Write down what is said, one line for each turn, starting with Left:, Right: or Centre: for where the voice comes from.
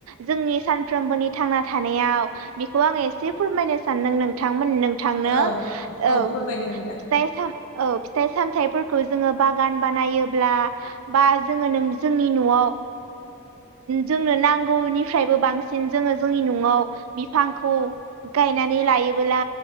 Right: जोंनि सानफ्रोमबोनि थां थानायाव बेखौ आं एसे फोरमायनो सानदों नोंथांमोन। थांनो
Left: औ
Right: औ
Left: फोरमायदो नोंथां
Right: फिथाइ साम औ फिथाइ सामथायाइफोरखौ जोङो बागान बानायोब्ला बा जोङो न जोंनि न'आव। ओ जोंनो नांगौनिफ्रायबो बांसिन जोङो जोंनि न'आव बिफांखौ। खौ गायननै लायोब्ला